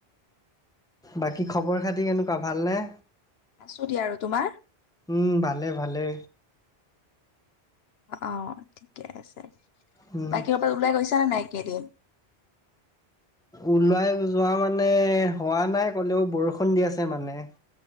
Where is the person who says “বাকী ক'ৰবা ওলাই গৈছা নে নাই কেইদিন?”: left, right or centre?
Left